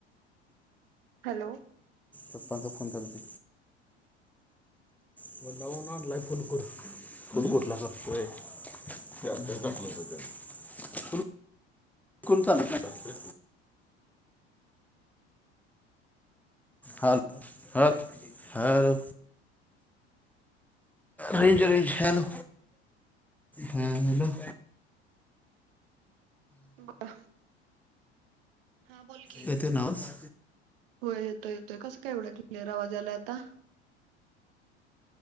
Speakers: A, on the right; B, in the centre.
A: हॅलो.
B: पपांचा फोन घ्यालती. स्वतःहून आणलाय फुल करून, फुल कुटला संपतोय. ते अभ्यास चांगला करतय. कोण चालत नाही. हल ह hello. Range range hello, hello. हा हॅलो.
A: बा हा बोल की,
B: येते नावच
A: हो येतोय येतोय. कसं काय एवढा क्लेअर आवाज यालाय आता?